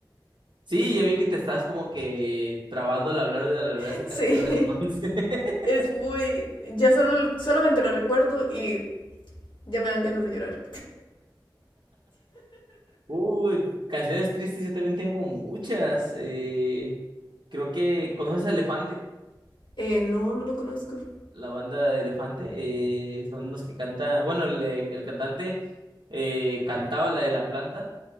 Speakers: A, on the right; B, on the left.
A: Sí, ya vi que te estás como que trabando al hablar de, al hablar
B: <laughs>
A: de esa
B: sí,
A: canción, entonces. <laughs>
B: es muy... Ya solo, solamente lo recuerdo y ya me dan ganas de llorar.
A: Uy, canciones tristes, yo también tengo muchas. eh, creo que conoces a Elefante,
B: <laughs> eh, no, no lo conozco.
A: la banda de Elefante. eh, son los que cantan, bueno, el, el cantante eh, cantaba la de La Planta.